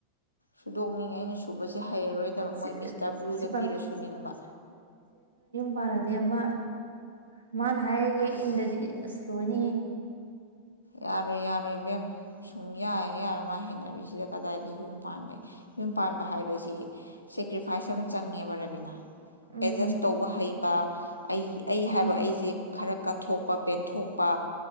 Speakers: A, on the left (about 80°); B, on the right (about 80°).
A: ꯁꯨꯗꯣꯛꯅꯤꯡꯉ ꯑꯩꯅ ꯁꯨꯕꯁꯦ ꯍꯩꯔꯔꯣꯏꯗꯕ
B: ꯁꯤ
A: ꯃꯣꯏ ꯃꯤꯁꯇꯔ ꯕ꯭ꯂꯨꯗ
B: ꯁꯤ
A: ꯄꯤꯔ ꯁꯨꯅꯤꯡꯕ꯫
B: ꯃꯥꯃꯅꯕꯤ ꯑꯃ꯫ ꯃꯥꯅ ꯍꯥꯏꯔꯤꯉꯩ
A: ꯑꯁ
B: ꯏꯟꯗꯗꯤ ꯑꯁ ꯂꯣꯏꯅꯤꯌꯦ꯫
A: ꯌꯥꯔꯣꯏ-ꯌꯥꯔꯣꯏ ꯏꯕꯦꯝ ꯁꯨꯡ ꯌꯥꯍꯦꯛ - ꯌꯥꯔꯣꯏ ꯃꯥꯒꯤ ꯍꯩꯅꯕꯤꯁꯤꯗ ꯀꯗꯥꯏꯗ ꯌꯨꯝ ꯄꯥꯟꯕ ꯌꯨꯝ ꯄꯥꯟꯕ ꯍꯥꯏꯕꯁꯤ ꯁꯦꯀ꯭ꯔꯤꯐꯥꯏꯁ ꯑꯃ ꯆꯪꯉꯦꯕ ꯔꯕꯤꯅꯥ꯫
B: ꯎꯝ
A: ꯑꯦꯠꯖꯁ ꯇꯧꯕ ꯍꯩꯕ꯫ ꯑꯩ ꯑꯩ
B: ꯎꯝ
A: ꯍꯥꯏꯕ ꯑꯩꯁꯦ ꯈꯔ ꯀꯠꯊꯣꯛꯄ ꯄꯦꯟꯊꯣꯛꯄ